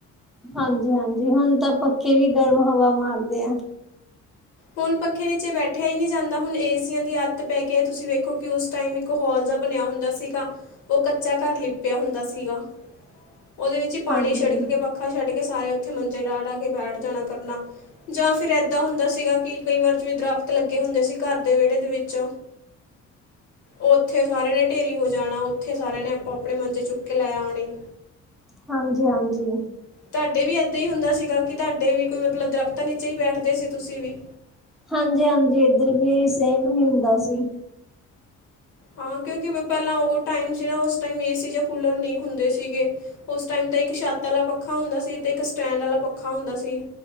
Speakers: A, in the centre; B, on the left.
A: ਹਾਂਜੀ- ਹਾਂਜੀ। ਹੁਣ ਤਾਂ ਪੱਖੇ ਵੀ ਗਰਮ ਹਵਾ ਮਾਰਦੇ ਐ।
B: ਹੁਣ ਪੱਖੇ ਨੀਚੇ ਬੈਠਿਆ ਈ ਨੀ ਜਾਂਦਾ। ਹੁਣ, ਏਸੀਆਂ ਦੀ ਆੱਦਤ ਪੈ ਕੇ ਐਤੁਸੀਂ ਵੇਖੋ ਕਿ ਉਸ ਟਾਈਮ ਇੱਕ ਹੋਲ ਜਾ ਬਣਿਆ ਹੁੰਦਾ ਸੀਗਾ। ਓਹ ਕੱਚਾ ਘਰ ਲਿਪਿਆ ਹੁੰਦਾ ਸੀਗਾ। ਓਦੇ ਵਿੱਚ ਈ ਪਾਣੀ
A: ਹਾਂਜੀ
B: ਛਿੜਕ ਕੇ ਪੱਖ ਪੱਖਾ ਛੱਡ ਕੇ ਸਾਰੇ ਔਥੇ ਮੰਜੇ ਡਾਹ ਡਾ ਕੇ ਬੈਠ ਜਾਣਾ ਕਰਨਾ, ਜਾਂ ਫਿਰ ਐਦਾਂ ਹੁੰਦਾ ਸੀਗਾ। ਕਿ ਕਈ ਵਾਰ ਜਿਵੇਂ ਦਰਖਤ ਲੱਗੇ ਹੁੰਦੇ ਸੀ ਘਰ ਦੇ ਵੇੜੇ ਦੇ ਵਿੱਚ। ਔਥੇ ਸਾਰਿਆਂ ਨੇ ਢੇਰੀ ਹੋ ਜਾਣਾ, ਔਥੇ ਸਾਰਿਆਂ ਨੇ ਆਪੋ- ਅਪਣੇ ਮੰਜੇ ਚੁੱਕ ਕੇ ਲੈ ਆਉਣੇ।
A: ਹਾਂਜੀ- ਹਾਂਜੀ।
B: ਤੁਹਾਡੇ ਵੀ ਏਦਾਂ ਹੀ ਹੁੰਦਾ ਸੀਗਾ, ਕਿ ਤੁਹਾਡੇ ਵੀ ਕੋਈ ਮਤਲਬ ਦਰਖ਼ਤਾਂ ਨੀਚੇ ਹੀ ਬੈਠਦੇ ਸੀ ਤੁਸੀਂ ਵੀ।
A: ਹਾਂਜੀ- ਹਾਂਜੀ। ਇੱਧਰ ਵੀ ਸੇਮ ਹੀ ਹੁੰਦਾ ਸੀ।
B: ਹਾਂ, ਕਿਉਂਕਿ ਪਹਿਲਾਂ ਉਹ ਟਾਈਮ ਸੀ ਨਾ ਉਸ ਟਾਈਮ ਏ ਸੀ ਜਾਂ ਕੂਲਰ ਨਹੀਂ ਹੁੰਦੇ ਸੀਗੇ। ਉਸ ਟਾਈਮ ਤੇ ਇੱਕ ਛੱਤ ਵਾਲਾ ਪੱਖਾ ਹੁੰਦਾ ਸੀ, ਤੇ ਇੱਕ ਸਟੈਂਡ ਵਾਲਾ ਪੱਖਾ ਹੁੰਦਾ ਸੀ।